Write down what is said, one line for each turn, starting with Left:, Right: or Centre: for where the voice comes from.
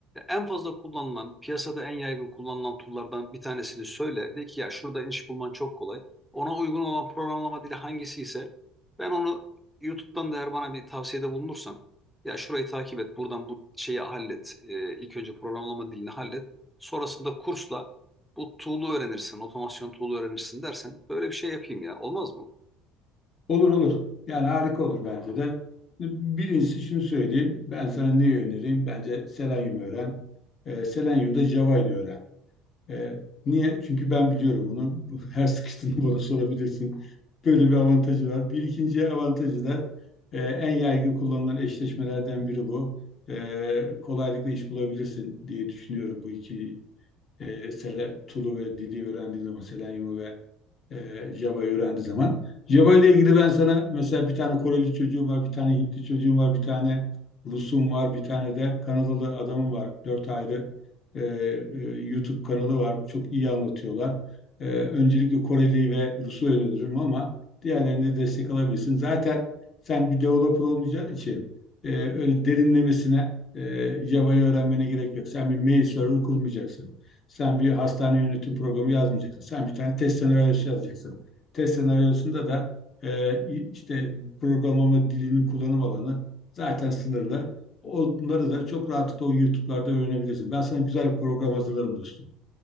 Centre: en fazla kullanılan, piyasada en yaygın kullanılan tool'lardan bir tanesini söyle. De ki ya şurada iş bulman çok kolay. Ona uygun olan programlama dili hangisi ise ben onu YouTube'dan da eğer bana bir tavsiyede bulunursan ya şurayı takip et, buradan bu şeyi hallet. Ee, ilk önce programlama dilini hallet. Sonrasında kursla bu tool'u öğrenirsin, otomasyon tool'u öğrenirsin dersen böyle bir şey yapayım ya. Olmaz mı?
Left: Olur olur. Yani harika olur bence de. Birincisi şunu söyleyeyim. Ben sana neyi önereyim? Bence Selenium öğren. E, Selenium'da Java'yı da öğren. E, niye? Çünkü ben biliyorum onu. <laughs> Her sıkıştığında bana sorabilirsin. Böyle bir avantajı var. Bir ikinci avantajı da e, en yaygın kullanılan eşleşmelerden biri bu. E, kolaylıkla iş bulabilirsin diye düşünüyorum bu iki e, sele, Tulu ve Dili öğrendiğin zaman, Selenium'u ve e, Java'yı öğrendiği zaman. Java ile ilgili ben sana mesela bir tane Koreli çocuğum var, bir tane Hintli çocuğum var, bir tane Rus'um var, bir tane de Kanadalı adamım var. Dört ayrı e, e, YouTube kanalı var. Çok iyi anlatıyorlar. E, öncelikle Koreli ve Rus'u öneririm ama diğerlerini de destek alabilirsin. Zaten sen bir developer olmayacağın için e, öyle derinlemesine e, Java'yı öğrenmene gerek yok. Sen bir mail server kurmayacaksın. Sen bir hastane yönetim programı yazmayacaksın. Sen bir tane test senaryosu yazacaksın. Test senaryosunda da e, işte programlama dilinin kullanım alanı zaten sınırlı. Onları da çok rahatlıkla o YouTube'larda öğrenebilirsin. Ben sana güzel bir program hazırlarım dostum.